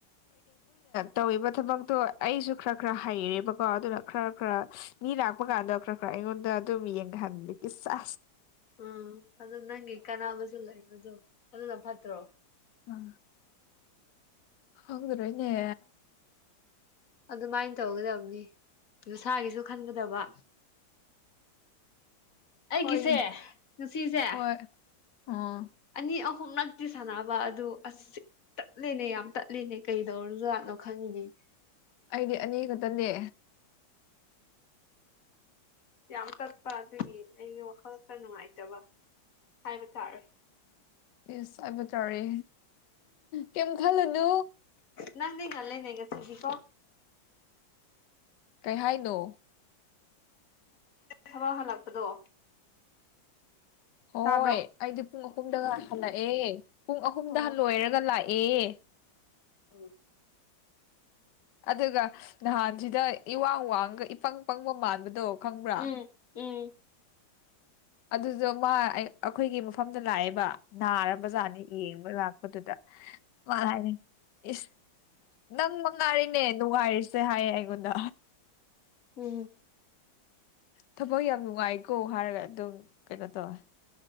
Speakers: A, on the left; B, on the left.
A: ꯇꯧꯕ ꯊꯕꯛꯇꯣ ꯑꯩꯁꯨ ꯈꯔ ꯈꯔ ꯍꯩꯔꯦꯕꯀꯣ ꯑꯗꯨꯅ ꯈꯔ ꯈꯔ ꯃꯤ ꯂꯥꯛꯄ ꯀꯥꯟꯗ ꯈꯔ ꯈꯔ ꯑꯩꯉꯣꯟꯗ ꯑꯗꯨꯣ ꯃꯤꯌꯦꯡ ꯈꯥꯟꯗ ꯆꯁ
B: ꯎꯝ ꯑꯗꯨ ꯅꯪꯒꯤ ꯀꯅꯥꯅꯕꯁꯨ ꯂꯩꯕꯗꯣ ꯑꯗꯨꯅ ꯐꯠꯇ꯭ꯔꯣ
A: ꯑ ꯍꯥꯎꯗ꯭ꯔꯥ ꯏꯅꯦ
B: ꯑꯗꯨꯃꯥꯏꯅ ꯇꯧꯒꯗꯕꯅꯤ ꯅꯨꯡꯁꯥꯒꯤꯁꯨ ꯈꯟꯒꯗꯕ ꯑꯩꯒꯤꯁꯦ
A: ꯍꯣꯏꯅꯦ
B: ꯉꯁꯤꯁꯦ
A: ꯍꯣꯏ ꯑꯥ
B: ꯑꯅꯤ ꯑꯍꯨꯝ ꯅꯛꯇꯤ ꯁꯥꯟꯅꯕ ꯑꯗꯨ ꯑꯁ ꯇꯠꯂꯤꯦꯅꯦ ꯌꯥꯝ ꯇꯠꯂꯤꯅꯦ ꯀꯩꯗꯧꯔꯁꯨ ꯈꯪꯉꯤꯒ
A: ꯑꯩꯗꯤ ꯑꯅꯤ ꯈꯛꯇꯅꯦ
B: ꯌꯥꯝ ꯇꯠꯄ ꯑꯗꯨꯒꯤ ꯑꯩꯒꯤ ꯋꯥꯈꯜ ꯈ ꯅꯨꯡꯉꯥꯏꯇꯕ ꯍꯥꯏꯕ ꯇꯥꯔꯦ
A: ꯌꯦꯁ ꯍꯥꯏꯕ ꯇꯥꯔꯦ ꯀꯩꯝ ꯈꯜꯂꯨꯅꯨ
B: ꯅꯪ ꯉ ꯂꯩꯦꯅꯦꯒ ꯁꯤꯒꯀꯣ
A: ꯀꯩꯍꯥꯏꯅꯣ
B: ꯊꯋꯥ ꯍꯜꯂꯛꯄꯗꯣ
A: ꯍꯣꯏ
B: ꯇꯥꯕ꯭ꯔꯣ
A: ꯑꯩꯗꯤ ꯄꯨꯡ ꯑꯍꯨꯝꯗꯒ ꯍꯜꯂꯛꯑꯦ ꯄꯨꯡ ꯑꯍꯨꯝꯗ
B: ꯑꯣ
A: ꯍꯟꯂꯣꯏꯔꯒ ꯂꯥꯛꯑꯦ ꯑꯦ
B: ꯎꯝ
A: ꯑꯗꯨꯒ ꯅꯍꯥꯟꯁꯤꯗ ꯏꯋꯥꯡ ꯋꯥꯡꯒ ꯏꯄꯪ ꯄꯪꯕ ꯃꯥꯟꯕꯗꯣ ꯈꯪꯕ꯭ꯔꯥ
B: ꯎꯝ ꯎꯝ
A: ꯑꯗꯨꯗꯣ ꯃꯥ ꯑꯩꯈꯣꯏꯒꯤ ꯃꯐꯝꯗ ꯂꯥꯛꯑꯦꯕ ꯅꯥꯔ ꯕꯖꯥꯔꯅꯤ ꯌꯦꯡꯕ ꯂꯥꯛꯄꯗꯨꯗꯃꯅ ꯍꯥꯏꯅꯤ ꯏꯁ ꯅꯪ ꯃ ꯉꯥꯔꯤꯅꯦ ꯅꯨꯡꯉꯥꯏꯔꯤꯁꯦ ꯍꯥꯏꯌꯦ ꯑꯩꯉꯣꯟꯗ
B: ꯎꯝ
A: ꯊꯕꯛ ꯌꯥꯝ ꯅꯨꯡꯉꯥꯏꯀꯣ ꯍꯥꯏꯔꯒ ꯑꯗꯨꯝ ꯀꯩꯅꯣ ꯇꯧꯋꯦ